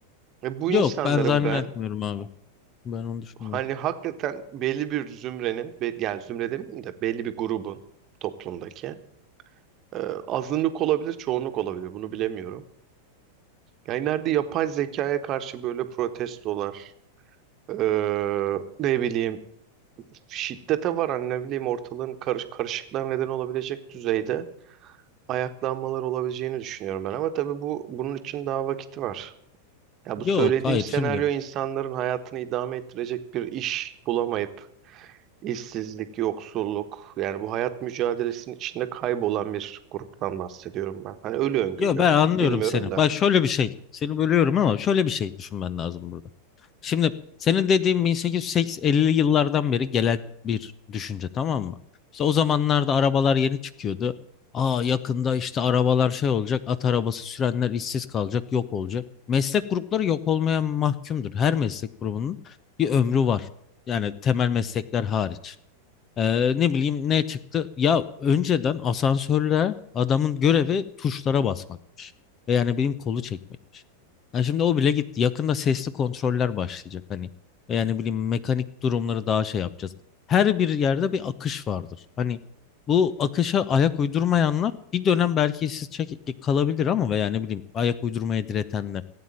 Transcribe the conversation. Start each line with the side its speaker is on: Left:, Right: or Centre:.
Right: Ve bu
Left: Yok
Right: insanların
Left: ben zannetmiyorum
Right: ben
Left: abi. Ben onu düşünmüyorum.
Right: hani hakikaten belli bir zümrenin be- yani zümre demeyeyim de belli bir grubun toplumdaki e, azınlık olabilir çoğunluk olabilir bunu bilemiyorum. Yani nerede yapay zekaya karşı böyle protestolar e, ne bileyim şiddete varan ne bileyim ortalığın karış, karışıklığa neden olabilecek düzeyde ayaklanmalar olabileceğini düşünüyorum ben. Ama tabii bu bunun için daha vakit var. Ya
Left: Yok
Right: bu söylediğim
Left: hayır
Right: senaryo
Left: şimdi.
Right: insanların hayatını idame ettirecek bir iş bulamayıp işsizlik, yoksulluk yani bu hayat mücadelesinin içinde kaybolan bir gruptan bahsediyorum ben. Hani öyle öngörüyorum.
Left: Yok ben anlıyorum
Right: Bilmiyorum
Left: seni.
Right: da.
Left: Bak şöyle bir şey. Seni bölüyorum ama şöyle bir şey düşünmen lazım burada. Şimdi senin dediğin 1850'li yıllardan beri gelen bir düşünce tamam mı? İşte o zamanlarda arabalar yeni çıkıyordu. Aa yakında işte arabalar şey olacak, at arabası sürenler işsiz kalacak, yok olacak. Meslek grupları yok olmaya mahkumdur. Her meslek grubunun bir ömrü var. Yani temel meslekler hariç. Ee, ne bileyim ne çıktı? Ya önceden asansörler adamın görevi tuşlara basmakmış. Ve Yani benim kolu çekmekmiş. Yani şimdi o bile gitti. Yakında sesli kontroller başlayacak hani. Ve Yani bileyim mekanik durumları daha şey yapacağız. Her bir yerde bir akış vardır. Hani bu akışa ayak uydurmayanlar bir dönem belki işsiz çek- kalabilir ama ve yani bileyim ayak uydurmaya diretenler.